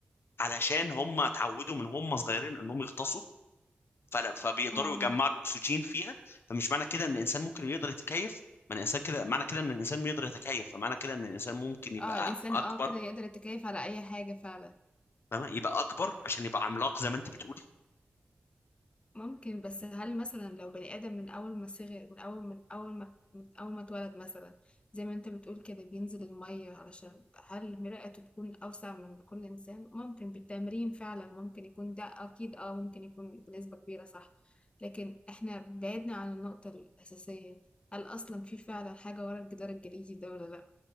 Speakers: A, on the left; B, on the left.
A: علشان هم اتعودوا من هم صغيرين انهم يغطسوا فلا فبيقدروا
B: اه
A: يجمعوا الاكسجين فيها فمش معنى كده ان الانسان ممكن يقدر يتكيف معنى الانسان كده معنى كده ان الانسان يقدر يتكيف فمعنى كده ان الانسان ممكن يبقى
B: اه الإنسان
A: اكبر
B: اه كده يقدر يتكيف على أي حاجة فعلا
A: فاهمة يبقى اكبر عشان يبقى عملاق زي ما انت بتقولي
B: ممكن بس هل مثلا لو بني آدم من أول ما صغر من أول من أول ما من أول ما اتولد مثلا زي ما أنت بتقول كده بينزل المية علشان هل مرآته تكون أوسع من كل إنسان؟ ممكن بالتمرين فعلا ممكن يكون ده أكيد أه ممكن يكون بنسبة كبيرة صح لكن إحنا بعدنا عن النقطة الأساسية هل أصلا في فعلا حاجة ورا الجدار الجليدي ده ولا لأ؟